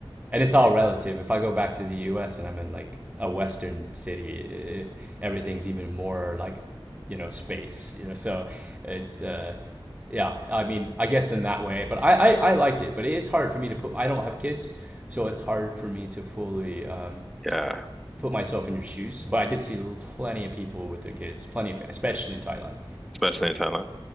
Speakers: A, on the right (about 15°); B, in the centre.
A: and it's all relative. If I go back to the U.S. and I'm in like a Western city, it, everything's even more like you know space. You know, so it's. Uh, yeah, I mean, I guess in that way, but I, I, I liked it, but it is hard for me to put, I don't have kids, so it's hard for me to fully, um,
B: yeah.
A: put myself in your shoes, but I did see plenty of people with their kids, plenty of, especially in Thailand.
B: Especially in Thailand.